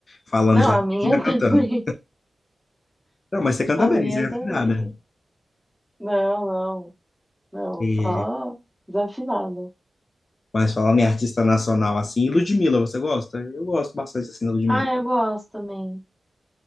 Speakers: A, on the left (about 40°); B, in the centre.
A: Falando
B: Não,
A: já,
B: a
A: Regina
B: minha <laughs> também.
A: cantando. Não, mas você canta
B: A
A: bem,
B: minha
A: você é afinada.
B: também. Não, não. Não,
A: É,
B: só desafinada.
A: mas falando em artista nacional, assim, e Ludmilla, você gosta? Eu gosto bastante, assim, da Ludmilla.
B: Ah, eu gosto também.